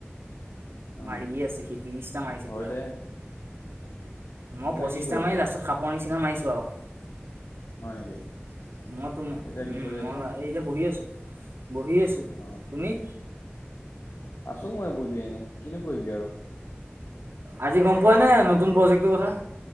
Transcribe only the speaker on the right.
মাৰিয়ে আছে, সি ত্ৰিশটা মাৰিছে
পুৰা।
মই
পঁচিছটা
মাৰি,
লাষ্টত সাপৰ নিচিনা মাৰিছোঁ আৰু।
মই তোম
মই
এই বহি আছোঁ, বহি আছোঁ,
তুমি?
আজি গম পোৱা নে, নতুন প্ৰজেক্টটোৰ কথা।